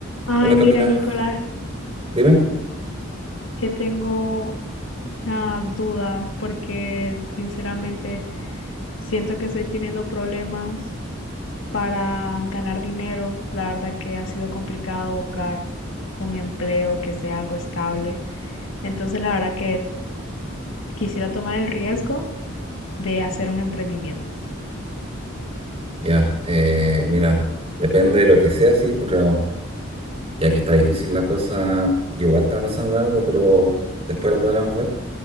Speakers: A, on the left (about 70°); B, on the right (about 30°).
A: Ay,
B: Hola
A: mira,
B: Camila,
A: Nicolás,
B: dime.
A: que tengo una duda porque sinceramente siento que estoy teniendo problemas para ganar dinero. La verdad que ha sido complicado buscar un empleo que sea algo estable. Entonces, la verdad que quisiera tomar el riesgo de hacer un emprendimiento.
B: Ya, eh, mira, depende de lo que sea, sí, pero ya que está difícil la cosa, yo igual estaba pensando en algo, pero después lo podremos ver.